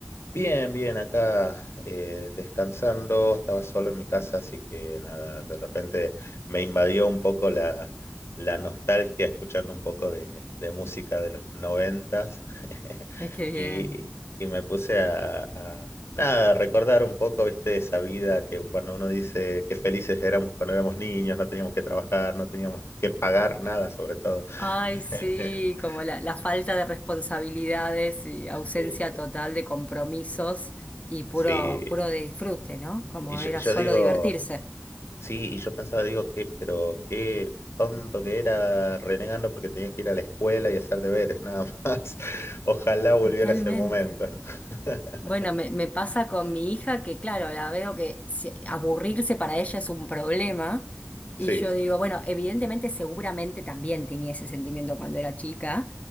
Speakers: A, on the left; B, on the left.
A: Bien, bien, acá eh, descansando, estaba solo en mi casa, así que nada, de repente me invadió un poco la, la nostalgia escuchando un poco de, de música de los noventas <laughs>
B: Ay, qué
A: y,
B: bien.
A: y me puse a, a, nada, a recordar un poco, viste, esa vida que cuando uno dice qué felices éramos cuando éramos niños, no teníamos que trabajar, no teníamos que pagar nada, sobre todo.
B: Ay,
A: <laughs>
B: sí, como la, la falta de responsabilidades y ausencia
A: Eh,
B: total de compromisos y puro,
A: sí,
B: puro de disfrute, ¿no? Como
A: Y yo,
B: era
A: y yo
B: solo
A: digo,
B: divertirse.
A: sí, y yo pensaba, digo, que, pero qué tonto que era renegando porque tenía que ir a la escuela y hacer deberes, nada más. <laughs> Ojalá volviera
B: Totalmente.
A: ese momento. <laughs>
B: Bueno, me, me pasa con mi hija que, claro, la veo que se- aburrirse para ella es un problema. Y
A: Sí,
B: yo digo, bueno, evidentemente, seguramente también tenía ese sentimiento cuando era chica.